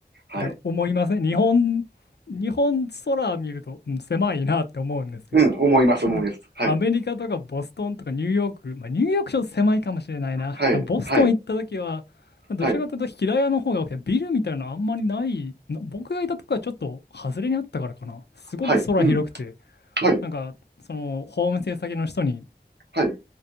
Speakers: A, on the right (about 85°); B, on the left (about 80°).
A: はい。
B: で、思いません。日本、日本空見ると、うん狭いなって思うんですけど、
A: うん、思います、思います。
B: でアメリカとかボストンとかニューヨーク、
A: はい、
B: まあ、ニューヨークちょっと狭いかもしれないな。
A: はい、
B: だからボストン行った時は、
A: はい、
B: どちらかというと平屋の方が多くて、
A: はい、
B: ビルみたいなのあんまりない、な僕がいたとこはちょっと外れにあったからかな。すごく空広くて、
A: はい、うん、はい、
B: なんかそのホームステイ先の人に、
A: はい、